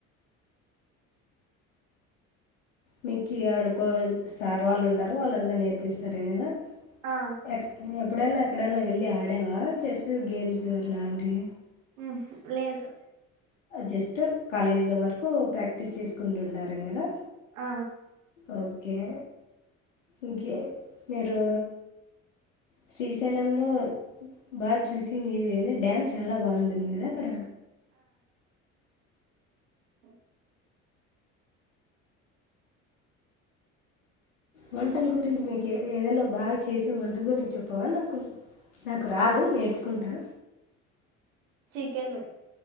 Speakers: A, on the left (about 80°); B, on the right (about 80°).
A: మిక్కి ఆడుకో సార్ వాళ్ళు ఉంటారు వాళ్ళంతరు నేర్పిస్తారే కదా
B: ఆ
A: ఎ ఎప్పుడైనా ఎక్కడైనా వెళ్ళి ఆడావా చెస్ గేమ్స్ అట్లాంటివి
B: ఉమ్ లేదు
A: జస్ట్ కాలేజీల వరకు ప్రాక్టీస్ చేసుకుంటుండాల కదా
B: ఆ
A: ఓకే ఇంకా మీరు శ్రీశైలంలో బాగా చూసిన వూ ఏంది డ్యామ్ చాలా బాగుంటుంది కదా అక్కడ
B: అఓ
A: వంటల గురించి మీకు ఏదైనా బాగా చేసే వంట గురించి చెప్పవా నాకు నాకు రాదు నేర్చుకుంటా
B: చికెన్